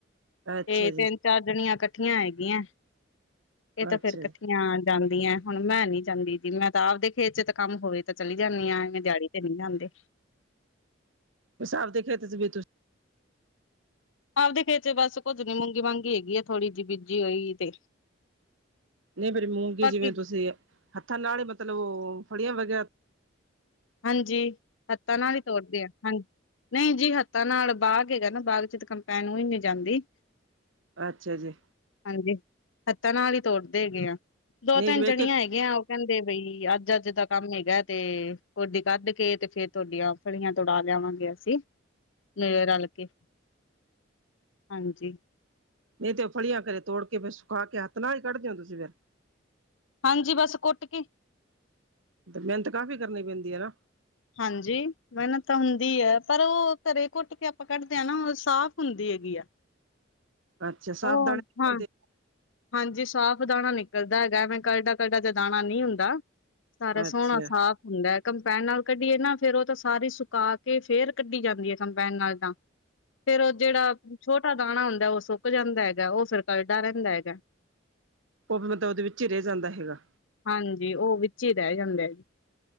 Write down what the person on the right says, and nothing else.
ਅੱਛਾ
ਜੀ
ਅੱਛਾ
ਜੀ
ਬਸ ਆਪਦੇ ਖੇਤ ਚ ਵੀ ਤੁਸੀਂ
ਨਹੀਂ ਫੇਰ, ਮੂੰਗੀ
ਜਿਵੇਂ ਤੁਸੀਂ ਹੱਥਾਂ ਨਾਲ ਹੀ ਮਤਲਬ ਉਹ ਫੜੀਆਂ ਵਗੈਰਾ
ਅੱਛਾ ਜੀ।
ਨਹੀਂ
ਜਿਵੇਂ ਇੱਕ
ਇੱਕ
ਨਈ ਤੇ, ਓਹ ਫਲੀਆਂ ਫੇਰ ਤੋੜ ਕੇ ਫੇਰ ਸੁਕਾ ਕੇ ਹੱਥ ਨਾਲ ਹੀ ਕੱਢਦੇ ਓ ਤੁਸੀਂ ਫਿਰ
ਤੇ ਮਿਹਨਤ ਕਾਫ਼ੀ ਕਰਨੀ ਪੈਂਦੀ ਹੈ ਨਾ
ਅੱਛਾ, ਸਾਫ਼
ਦਾਣੇ ਨਿਕਲਦੇ।
ਅੱਛਾ
ਉਹ ਵੀ ਮਤਲਬ ਉਹਦੇ ਵਿੱਚ ਰਹਿ ਜਾਂਦਾ ਹੈਗਾ।